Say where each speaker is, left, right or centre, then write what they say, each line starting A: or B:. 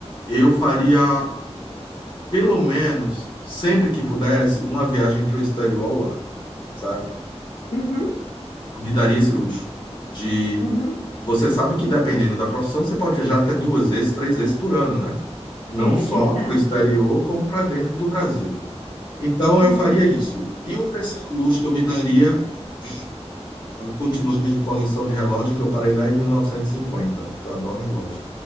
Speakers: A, on the left (about 45°); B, on the left (about 75°).
A: eu faria, pelo menos, sempre que pudesse, uma viagem para o exterior ao ano, certo?
B: Uhum.
A: Eu me daria esse luxo de...
B: Uhum.
A: Você sabe que dependendo da profissão, você pode viajar até duas vezes, três vezes por ano, né? não
B: É
A: só
B: verdade.
A: para o exterior, como para dentro do Brasil. Então, eu
B: Uhum.
A: faria isso. E o terceiro luxo que eu me daria é continuar minha coleção de relógio, que eu parei lá em 1950, que eu adoro relógio.